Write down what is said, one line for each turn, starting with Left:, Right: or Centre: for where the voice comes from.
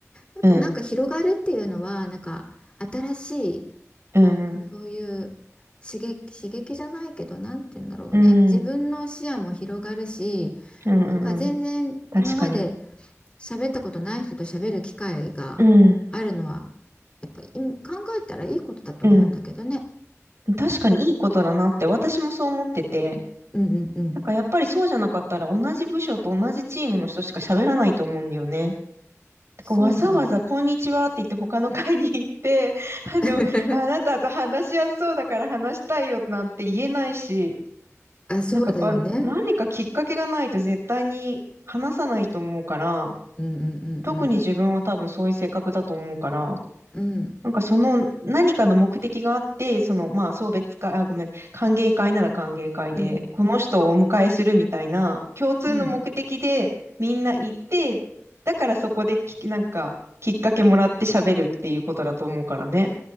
Left: やっぱなんか広がるっていうのは、
Right: うん。
Left: なんか新しい、
Right: うんうん。
Left: そういう刺激、刺激じゃないけど、なんて言うんだろうね。
Right: うん。
Left: 自分の視野も広がるし、
Right: うんうんうん。
Left: なんか全然今まで
Right: 確かに。
Left: 喋ったことない人と喋る機会があるのは、
Right: うん。
Left: やっぱり考えたらいいことだと思うんだけどね。
Right: うん。確かにいいことだなって私もそう思ってて。
Left: うんうんうん。
Right: だからやっぱりそうじゃなかったら同じ部署と同じチームの人しか喋らないと思うんだよね。
Left: そうなの。
Right: こうわざわざこんにちはって言って他の会に行って、<laughs> あの、
Left: <laughs>
Right: あなたと話しやすそうだから話したいよなんて言えないし、
Left: あ、そうだよね。
Right: なんかやっぱ何かきっかけがないと絶対に話さないと思うから、
Left: うんうんうん
Right: 特に自分は多分そういう性格だと思うから、
Left: うん。うん
Right: なんかその何かの目的があって、そのまあ送別会、あ、ごめん、歓迎会なら歓迎会で、
Left: うん
Right: この人をお迎えするみたいな共通の目的でみんな行って、
Left: うん。
Right: だからそこでき、なんかきっかけもらって喋るっていうことだと思うからね。